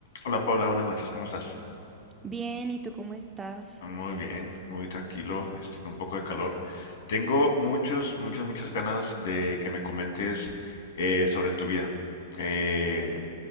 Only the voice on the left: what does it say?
Hola Paula, buenas noches, ¿cómo estás?
Muy bien, muy tranquilo, este, con un poco de calor. Tengo muchos, muchas, muchas ganas de que me comentes eh, sobre tu vida, eh,